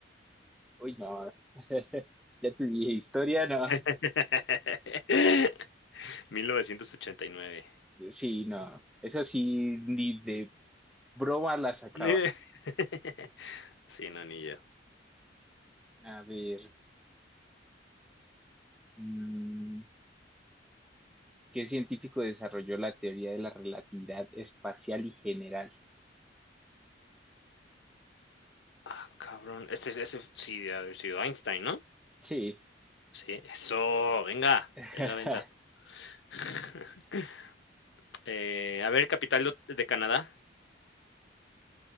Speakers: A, in the centre; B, on the left.
A: Uy, no. <laughs> Ya te dije, historia, no.
B: <laughs> 1989.
A: Sí, no, esa sí ni de broma la sacaba.
B: <laughs> Sí, no, ni yo.
A: A ver, mm, ¿qué científico desarrolló la teoría de la relatividad espacial y general?
B: Ah, cabrón. Ese, ese sí debe haber sido Einstein, ¿no?
A: Sí,
B: Sí. Eso, venga,
A: <laughs>
B: venga, ventas. <laughs> Eh, a ver, capital de, de Canadá.